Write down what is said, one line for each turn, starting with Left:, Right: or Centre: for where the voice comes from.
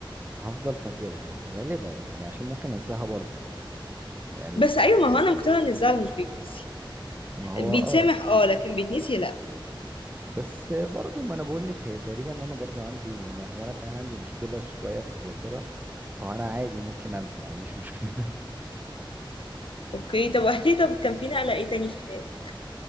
Right: هفضل فاكرها غالبا يعني عشان ممكن انساها برضو يعني
Left: بس ايوه ما هو انا مقتنعه ان الزعل مش بيتنسي
Right: ما هو
Left: بيتسامح
Right: اه
Left: اه لكن بيتنسي لا
Right: بس برضو ما انا بقول لك هي تقريبا انا برضو عندي يعني هو انا فعلا عندي مشكلة شوية في الذاكرة فانا عادي ممكن انسى ما عنديش مشكلة
Left: اوكي طب واحكي طب كان في نقله ايه تاني في حياتك